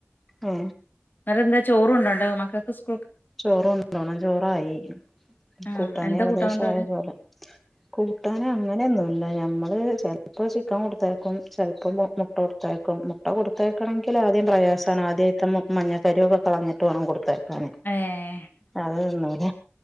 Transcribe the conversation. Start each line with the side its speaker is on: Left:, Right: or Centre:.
Centre: ഏ
Left: നരന്തേ ചോറ് കൊണ്ടേണ്ടെ മക്കക്ക്‌ സ്
Centre: ചോറ് കൊണ്ടോണം ചോറായി
Left: ആഹ്
Centre: കൂട്ടാന്
Left: എന്താ
Centre: ഏകദേശം
Left: കൂട്ടാൻ കൊണ്ടോവല്
Centre: ആയ പോലെ കൂട്ടാന് അങ്ങനൊന്നുല്ല ഞാൻ നമ്മള് ചെൽപ്പ ചിക്കൻ കൊടുത്തയ്ക്കും ചെൽപ്പ മു മുട്ടകൊടുത്തയ്ക്കും മുട്ട കൊടുത്തയ്ക്കണങ്കിലാദ്യം പ്രയാസാണ് ആദ്യയ്ത്തെ മഞ്ഞക്കരുഒക്കെ കളഞ്ഞിട്ട് വേണം കൊട്ത്തയക്കാന്
Left: ഏഹ്
Centre: അത് തിന്നൂല